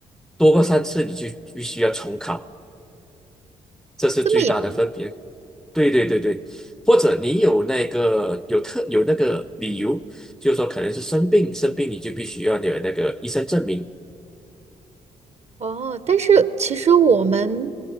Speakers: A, in the centre; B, on the right.
A: 多过三次你就必须要重考，这是最大的分别。
B: 这么严？
A: 对对对对，或者你有那个有特有那个理由，就是说可能是生病，生病你就必须要有那个医生证明。
B: 哦，但是其实我们，